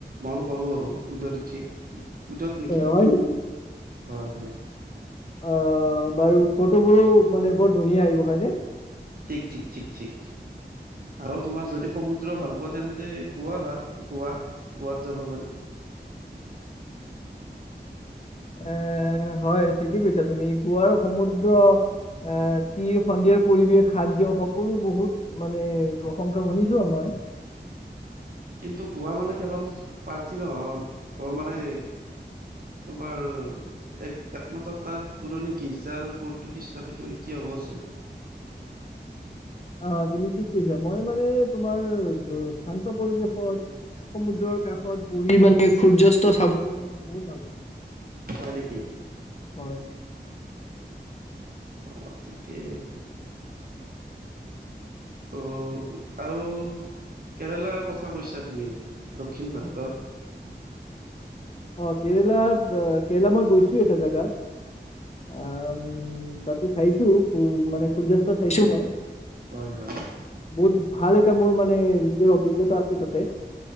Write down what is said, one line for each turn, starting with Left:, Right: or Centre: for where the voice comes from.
Right: মন কৰো আৰু উদত উঠি। উদত নেকিল।
Left: হয় নেকি
Right: হয়, হয়।
Left: অ', বাৰু ফটোবোৰো মানে বৰ ধুনীয়া আহিব হয়নে?
Right: ঠিক, ঠিক, ঠিক, ঠিক। আৰু তোমাৰ যদি সমুদ্ৰ ভাল পোৱা তেন্তে গোৱা ভাল, গোৱা, গোৱাত যাব পাৰি। <unintelligible>
Left: এ হয়, ঠিকেই কৈছা তুমি গোৱাৰো সমুদ্ৰ এ তীৰ সন্ধিয়াৰ পৰিৱেশ খাদ্য সকলো বহুত মানে প্ৰশংসা শুনিছো মই।
Right: কিন্তু গোৱা মানে কেৱল পাৰ্টি নহয়, অ', মানে তোমাৰ এক একমাত্ৰ তাত পুৰণি গীৰ্জা আৰু পৰতুগিজ স্থাপিত এতিয়াও প আছে।
Left: অ', তুমি ঠিক কৰিছা মই মানে তোমাৰ শান্ত পৰিৱেশত সমুদ্ৰৰ কাষত বহি মানে সূৰ্যাস্ত চাবলৈ মানে বহুত ভাল পাওঁ।
Right: হয় নেকি?
Left: হয়
Right: গতিকে অঁ। আৰু কেৰেলাৰ কথা কৈছা তুমি, দক্ষিণ ভাৰতৰ। <unintelligible>
Left: অ', কেৰেলাত কেৰেলা মই গৈছো এটা জেগাত। উম, তাতে চাইছো মানে সূৰ্যাস্ত চাইছো মই।
Right: হয়, হয়।
Left: বহুত ভাল এটা মোৰ মানে নিজৰ অভিজ্ঞতা আছে তাতে।